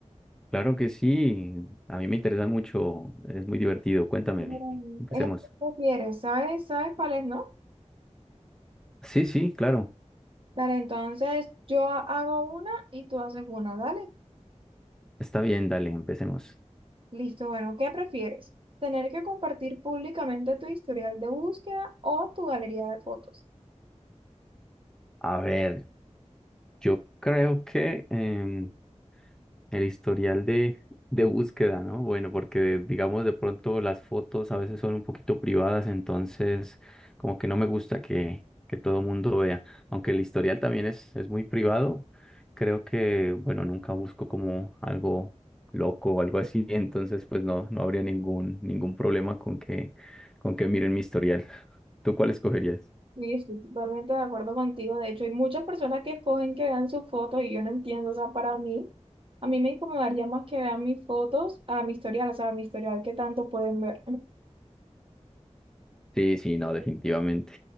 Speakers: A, in the centre; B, on the right (about 45°).
A: Claro que sí, a mí me interesa mucho, es muy divertido. Cuéntame,
B: Mm,
A: empecemos.
B: Es lo que prefieres, ¿sabes? ¿Sabes cuál es, no?
A: Sí, sí, claro,
B: Dale, entonces yo ha- hago una y tú haces una, dale.
A: está bien, dale, empecemos.
B: Listo, bueno, ¿qué prefieres? ¿Tener que compartir públicamente tu historial de búsqueda o tu galería de fotos?
A: A ver, yo creo que em, El historial de, de búsqueda, ¿no? Bueno, porque digamos de pronto las fotos a veces son un poquito privadas, entonces como que no me gusta que, que todo el mundo vea. Aunque el historial también es, es muy privado, creo que, bueno, nunca busco como algo loco o algo así, entonces pues no, no habría ningún, ningún problema con que, con que miren mi historial. <laughs> ¿Tú cuál escogerías?
B: Sí, estoy totalmente de acuerdo contigo. De hecho, hay muchas personas que escogen que vean sus fotos y yo no entiendo. O sea, para mí, a mí me incomodaría más que vean mis fotos a mi historial, o sea, a mi historial que tanto pueden ver.
A: Sí, sí, no, definitivamente.